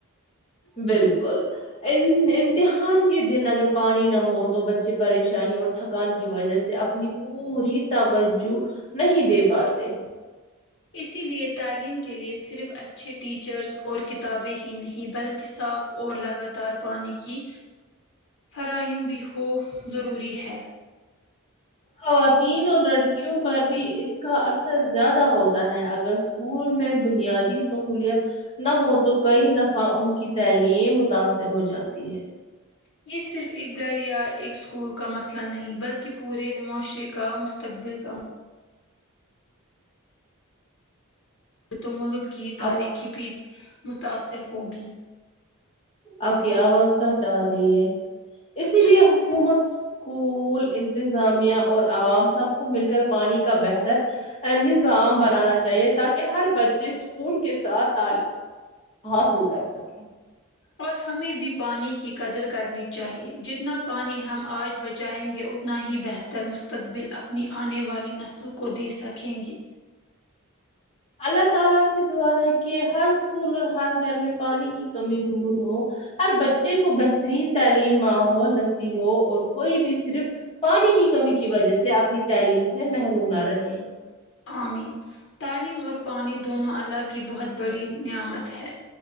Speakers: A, on the left (about 30°); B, on the left (about 60°).
A: بالکل ام امتحان کے دن اگر پانی نہ ہو تو بچے پریشانی اور تھکان کی وجہ سے اپنی پوری توجہ نہیں دے پاتے
B: اسی لیے تعلیم کے لیے صرف اچھے ٹیچرز اور کتابیں ہی نہیں بلکہ صاف اور لگاتار پانی کی فراہم بھی ہو ضروری ہے
A: خواتین اور لڑکیوں پر بھی اس کا اثر زیادہ ہوتا ہے اگر اسکول میں بنیادی سہولیت نہ ہو تو کئی دفعہ ان کی تعلیم متاثر ہو جاتی ہے
B: یہ صرف ایک گھر یا ایک اسکول کا مسئلہ نہیں بلکہ پورے معاشرے کا مستقبل کا تو ملک کی تارییکی
A: اب
B: بھی متاثر ہوگی
A: آپ کی آواز کٹ آ رہی ہے اسی
B: اچھا
A: لیے حکومت اسکول انتظامیہ اور عوام سب کو مل کر پانی کا بہتر نظام بنانا چاہیے تاکہ ہر بچے سکون کے ساتھ تعل حاصل کر سکیں
B: اور ہمیں بھی پانی کی قدر کرنی چاہیے جتنا پانی ہم آج بچائیں گے اتنا اتنا ہی بہتر مستقبل اپنی آنے والی نسلوں کو دے سکیں گے
A: اللہ تعالی سے دعا ہے کہ ہر اسکول اور ہر گھر میں پانی کی کمی دور ہو ہر بچے کو بہترین تعلیم ماحول نصیب ہو اور کوئی بھی صرف پانی کی کمی کی وجہ سے اپنی تعلیم سے محروم نہ رہے
B: آمین تعلیم اور پانی دونوں اللہ کی بہت بڑی نعمت ہے